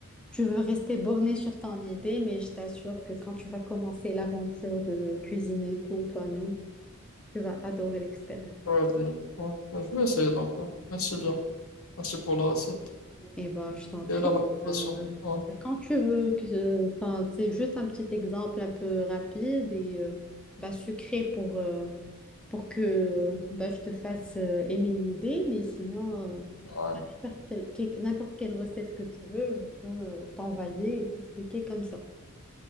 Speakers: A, in the centre; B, on the left.
A: tu veux rester borné sur ton idée, mais je t'assure que quand tu vas commencer l'aventure de cuisiner tout toi-même, tu vas adorer l'expérience.
B: Ouais, mais- ouais, mais je vais essayer donc. ouais. Merci bien. Merci pour la recette
A: Eh ben, je t'en prie.
B: et la motivation.
A: euh,
B: Ouais,
A: quand tu veux, que, enfin, c'est juste un petit exemple un peu rapide et euh, bah, sucré pour, euh, pour que bah, je te fasse euh, aimer une idée, mais sinon, euh,
B: ouais.
A: tu perds quel- quel- n'importe quelle recette que tu veux, je peux euh, t'envoyer et t'expliquer comme ça.